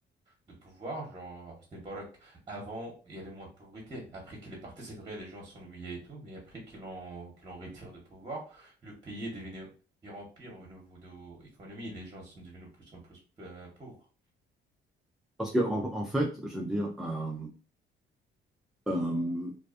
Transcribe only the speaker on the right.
de pouvoir. Genre, Hosni Mubarak, avant, il y avait moins de pauvreté. Après qu'il est parti, c'est vrai, les gens s'ennuyaient et tout, mais après qu'il en, qu'il en retire de pouvoir, le pays est devenu pire en pire au niveau de l'économie. Les gens sont devenus de plus en plus euh, pauvres.